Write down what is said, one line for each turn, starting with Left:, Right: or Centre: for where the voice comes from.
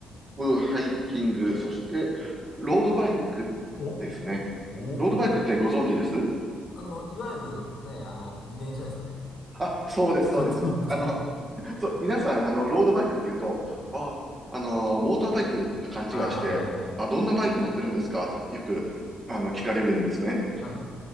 Right: プ、ハイキング、そして、ロードバイクですね。
Left: お、お。
Right: ロードバイクってご存知です
Left: あの、いわゆるね、あの、自転車ですよね。
Right: あ、そうです、
Left: <laughs> 簡単に言うと。
Right: そうです。あの、<laughs> そう、皆さん、あの、ロードバイクって言うと、あ、あのーモーターバイクと勘違いして、
Left: ああ、はいはいはい。
Right: あ、どんなバイク乗ってるんですかってよく、あの、聞かれるんですね。
Left: はい。